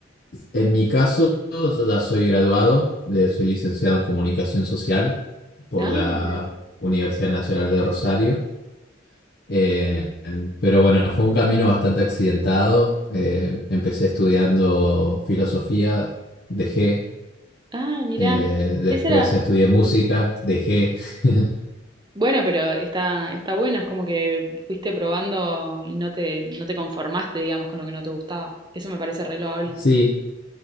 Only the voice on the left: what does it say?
en mi caso, yo ya soy graduado, de- soy licenciado en comunicación social por
la
Universidad Nacional de Rosario. Eh, pero bueno, fue un camino bastante accidentado. Eh, empecé estudiando filosofía, dejé.
Eh, después
estudié música, dejé. <laughs>
Sí,